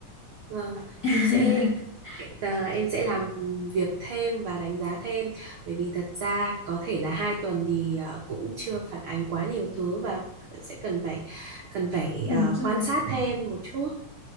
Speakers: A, on the right; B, on the left.
A: vâng.
B: <laughs>
A: Em sẽ à, em sẽ làm việc thêm và đánh giá thêm bởi vì thật ra có thể là hai tuần thì à, cũng chưa phản ánh quá nhiều thứ và sẽ cần phải cần phải
B: Đúng
A: à,
B: rồi.
A: quan sát thêm một chút.